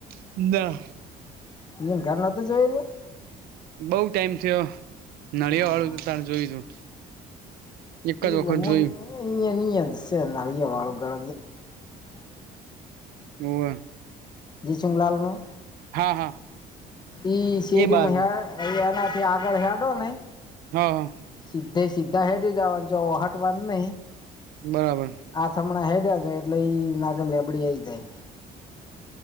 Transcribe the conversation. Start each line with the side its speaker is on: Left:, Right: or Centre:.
Right: <unintelligible>
Left: તુએ ઘર નોતું જોયલુ
Right: બઉ ટાઈમ થયો નળિયા
Left: હા
Right: વાળું તો તારે જોયું તું.
Left: <unintelligible>
Right: એક જ વખત જોયું
Left: સે નડિયાવાળું ઘર
Right: હોવ
Left: <unintelligible> લાલનું
Right: હા હા
Left: ઈ શેરી
Right: એ બાજુ
Left: માં <unintelligible> એ એનાથી આગળ હેડો નઈ
Right: હા.
Left: સિધે સીધા હેડી જવાનું જે ઓહાટવાનું નઈ
Right: બરાબર.
Left: આ હમણાં હેડ્યા જ એટલે ઈ માગ લેબડી આઈ જાય.